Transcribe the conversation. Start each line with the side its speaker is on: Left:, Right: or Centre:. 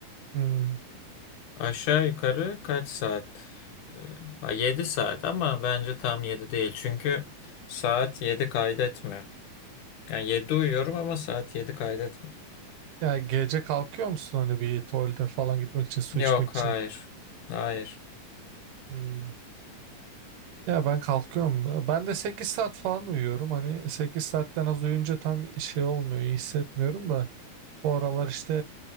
Right: Hmm.
Left: Aşağı yukarı kaç saat? E, 7 saat ama bence tam 7 değil. Çünkü saat 7 kaydetmiyor. Yani 7 uyuyorum ama saat 7 kaydetmiyor.
Right: Ya gece kalkıyor musun hani bir tuvalete falan gitmek için, su
Left: Yok
Right: içmek için?
Left: hayır. Hayır.
Right: Hmm. Ya ben kalkıyorum. da- Ben de 8 saat falan uyuyorum. Hani 8 saatten az uyuyunca tam şey olmuyor, iyi hissetmiyorum da. Bu aralar işte